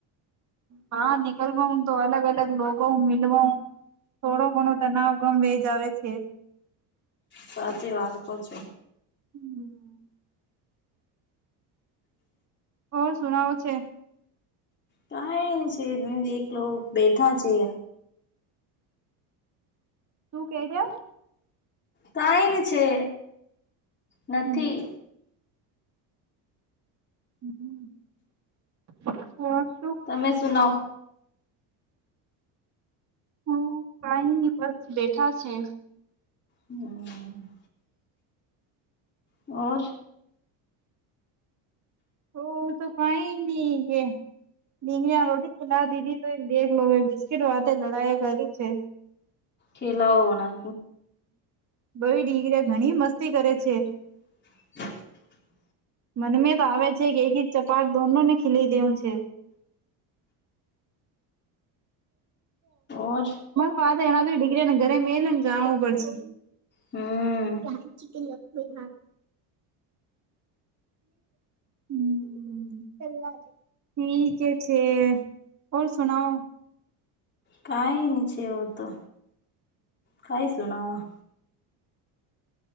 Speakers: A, on the right (about 40°); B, on the left (about 25°).
A: હા નિકલવા તો અલગ અલગ લોકોગ મિલવા થોડો ઘણો તનાવ ગમ વે જવે છે.
B: સાચી વાત કો છો.
A: હમ, હા શુંણવો છે.
B: કઈ ન છે એક લોકો બેઠા છે.
A: શું કે એ હો.
B: કઈ ન છે નથી.
A: હમ હમ હમ <unintelligible>
B: તમે સુનાવ.
A: હું કઈ ન બસ બેઠા છે.
B: હમ. ઓર.
A: ઓ તો કઈ નહી એ. ીંગ આંગોટી ખેલા દીધી તો દેખ લો મેં બિસ્કીટ વા લડાયા કરી છે.
B: ખેલા હોના.
A: બળી દીકરી ઘણી મસ્તી કરે છે.
B: હ
A: મનમે તો આવે છે કે એક એક ચપાટ દોનો ને ખીલાઈ દેવું છે.
B: ઓર
A: વાત એના તો ડિગ્રીને ઘરે મેલને જાણવું પડશે.
B: હમ
A: હહે ચિકન લખનઉ હા હમ ચલ્ ઠીક છે ઓર સુનાઓ
B: કઈ ની છેેવ તો કઈ સુનાવા